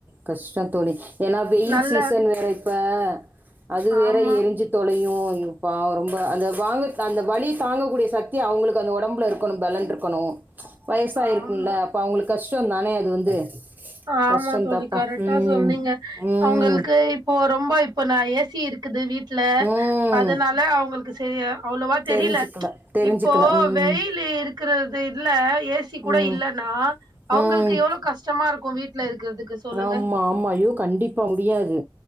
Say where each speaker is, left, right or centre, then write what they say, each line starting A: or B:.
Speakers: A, on the right; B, on the right.
A: கஷ்டம் தோழி ஏன்னா வெயில்
B: நல்ல
A: சீசன் வேற இப்போ அது வேற
B: ஆமா
A: எரிஞ்சு தொலையும் அய்யோ பாவம் ரொம்ப அந்த வாங்க அந்த வலிய தாங்கக்கூடிய சக்தி அவுங்களுக்கு அந்த உடம்புல இருக்கணும் பலண் இருக்கணும் வயசாயிருக்கும்ல
B: ஆமா
A: அப்ப அவுங்களுக்கு கஷ்டம் தானே அது வந்து
B: ஆமா
A: கஷ்டம்
B: தோழி
A: தாப்பா
B: கரெக்டா
A: ம்
B: சொன்னீங்க
A: ம்
B: அவுங்களுக்கு இப்ப ரொம்ப இப்போ நா ஏ சி இருக்குது வீட்டுல
A: ம்
B: அதனால அவங்களுக்கு க்கு செரியா அவ்வளோவா தெரியல
A: தெரிஞ்சுக்கல
B: ச்சு
A: தெரிஞ்சுக்கல
B: இப்போ
A: ம்
B: வெயில் இருக்கிறது இல்ல ஏ சி கூட
A: ம்
B: இல்லன்னா அவங்களுக்கு
A: ம்
B: எவ்ளோ கஷ்டமா இருக்கு வீட்ல இருக்கிறதுக்கு சொல்லுங்க
A: ஆமா ஆமா யோ கண்டிப்பா முடியாது